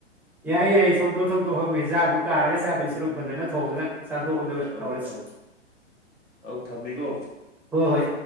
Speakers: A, in the centre; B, on the left.
A: ꯌꯥꯏꯌꯦ ꯌꯥꯏꯌꯦ ꯁꯣꯡꯗꯣꯛ ꯊꯣꯡꯗꯣꯛ ꯍꯪꯉꯨ ꯍꯤꯟꯖꯥꯡꯨꯛ ꯀꯥꯔꯒ ꯆꯥꯗꯣꯏ ꯁꯣꯔꯣꯛ ꯐꯖꯅ ꯊꯣꯡꯉꯒ ꯆꯥꯊꯣꯛꯑꯗ
B: ꯑꯧ
A: ꯇꯧꯔꯁꯤ
B: ꯑꯧ ꯑꯧ ꯊꯝꯃꯦꯀꯣ
A: ꯍꯣꯏ ꯍꯣꯏ